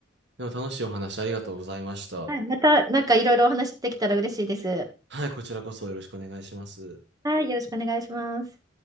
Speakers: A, on the right; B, on the right.
A: でも楽しいお話ありがとうございました。
B: はい、またなんかいろいろお話できたら嬉しいです。
A: はい、こちらこそよろしくお願いします。
B: はい、よろしくお願いします。